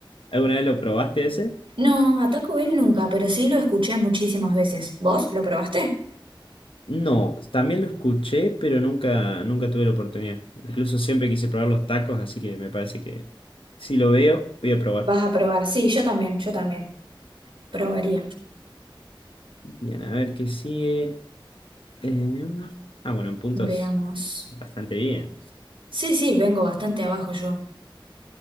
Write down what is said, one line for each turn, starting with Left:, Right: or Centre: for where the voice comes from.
Left: ¿Alguna vez lo probaste ese?
Right: No, a Taco Bell nunca, pero sí lo escuché muchísimas veces. ¿Vos lo probaste?
Left: No, también lo escuché, pero nunca, nunca tuve la oportunidad. Incluso siempre quise probar los tacos, así que me parece que si lo veo, voy a probar.
Right: Vas a probar. Sí, yo también, yo también. Probaría.
Left: Bien, a ver qué sigue. Em, ah, bueno, en puntos.
Right: Veamos.
Left: Bastante bien.
Right: Sí, sí, vengo bastante abajo yo.